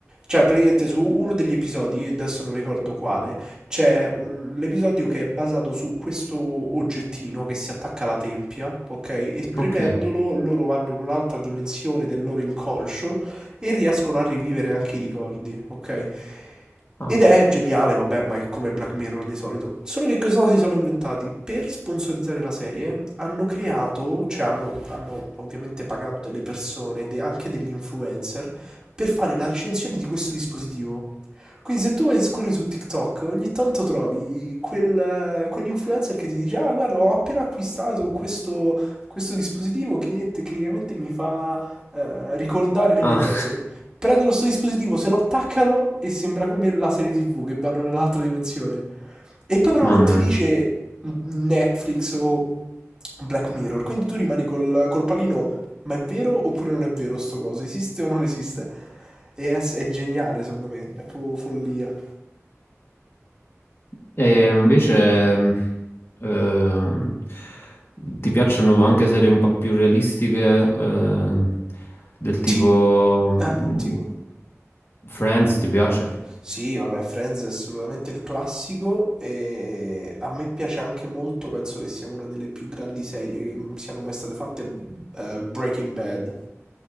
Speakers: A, on the right; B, on the left.
A: Cioè, praticamente su uno degli episodi, adesso non ricordo quale, c'è un- l'episodio che è basato su questo oggettino che si attacca alla tempia, ok? E premendolo
B: Ok.
A: loro vanno in un'altra dimensione del loro inconscio e riescono a rivivere anche i ricordi, ok?
B: Ah,
A: Ed è geniale, vabbè, ma è come Black Mirror di solito. Solo che cosa si sono inventati? Per sponsorizzare la serie hanno creato, cioè hanno, hanno ovviamente pagato delle persone, de- anche degli influencer, per fare la recensione di questo dispositivo. Quindi se tu vai e scorri su TikTok, ogni tanto trovi quel, quell'influencer che ti dice, ah guarda, ho appena acquistato questo, questo dispositivo che tecnicamente mi fa eh, ricordare le
B: ah,
A: mie cose. Prendono questo dispositivo, se lo attaccano e sembra come la serie TV che vanno nell'altra dimensione. E
B: <laughs>
A: poi però
B: mamma
A: non ti dice
B: mia.
A: Netflix o Black Mirror, quindi tu rimani col, col pallino ma è vero oppure non è vero sto coso? Esiste o non esiste? E è, è geniale, secondo me. È proprio follia.
B: E invece, mh, ehm, ti piacciono anche serie un po' più realistiche, ehm, del tipo,
A: Sì.
B: mh,
A: Eh, tipo?
B: Friends, ti piace?
A: Sì, vabbè, Friends è assolutamente il classico e a me piace anche molto, penso che sia una delle più grandi serie che m- siano mai state fatte, eh, Breaking Bad.